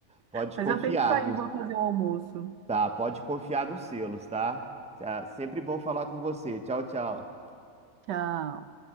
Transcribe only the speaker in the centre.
Pode
confiar
nos,
tá? Pode confiar nos selos, tá? Tá, Sempre bom falar com você. Tchau, tchau.